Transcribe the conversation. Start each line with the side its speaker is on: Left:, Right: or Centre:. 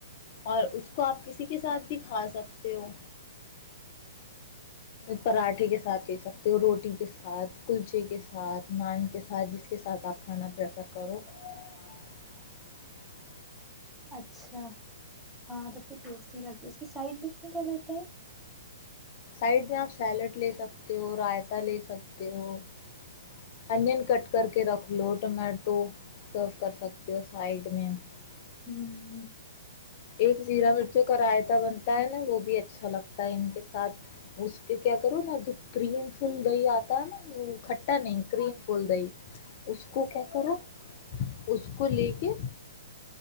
Left: اور اس کو آپ کسی کے ساتھ بھی کھا سکتے ہو پراٹھے کے ساتھ لے سکتے ہو روٹی کے ساتھ کلچے کے ساتھ نان کے ساتھ جس کے ساتھ <unintelligible> سب کھانا پرریفر کرو <unintelligible>
Centre: اچھا <unintelligible> ہاں تب تو ٹیسٹی لگتی ہے اس کی سائڈ ڈش میں کیا لیتی <unintelligible> ت <inaudible>
Left: سائڈ میں آپ سیلڈ لے سکتے ہو رائتا لے سکتے ہو <unintelligible> انین کٹ کر کے رکھ لو ٹومیٹو سرو کر سکتے ہو سائڈ میں <unintelligible>
Centre: ہوں <unintelligible>
Left: ایک زیرا مرچوں کا رائےتا بنتا ہے نا وہ بھی <unintelligible> بھی اچھا لگتا ہے ان کے ساتھ اس پہ کیا کرو نا جو کریم فل دہی آتا ہے نا <unintelligible> وہ کھٹا نہیں کریم فول د ہی <unintelligible> <inaudible> اس کو کیا کرا <unintelligible> اس کو لے کے <unintelligible>